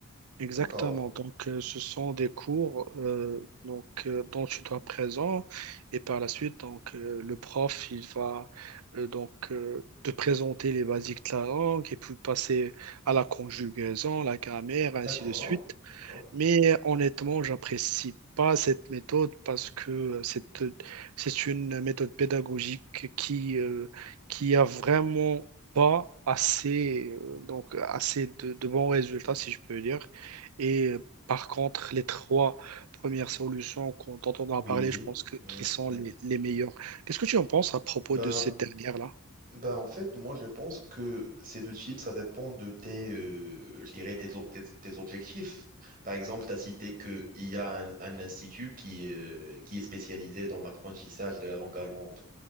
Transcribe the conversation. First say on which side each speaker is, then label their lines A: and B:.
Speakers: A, on the right; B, on the right.
A: Exactement.
B: D'accord.
A: Donc euh, ce sont des cours euh, donc, euh, dont tu dois être présent et par la suite donc euh, le prof il va euh, donc euh, te présenter les basiques de la langue et puis passer à la conjugaison, la grammaire, ainsi
B: D'accord.
A: de suite.
B: D'accord.
A: Mais honnêtement, j'apprécie pas cette méthode parce que c'est c'est une méthode pédagogique qui euh, qui a vraiment pas assez euh, donc assez de, de bons résultats si je peux dire. Et euh, par contre, les trois premières solutions qu'on- dont on
B: Oui,
A: a parlé, je pense que
B: oui,
A: qui sont
B: oui.
A: les, les meilleures. Qu'est-ce que tu en penses à propos
B: Ben,
A: de cette dernière-là?
B: Ben, en fait, moi, je pense que ces deux types, ça dépend de tes, euh, je dirais, tes, tes- tes objectifs. Par exemple, tu as cité qu'il y a un, un institut qui, euh, qui est spécialisé dans l'apprentissage de la langue allemande.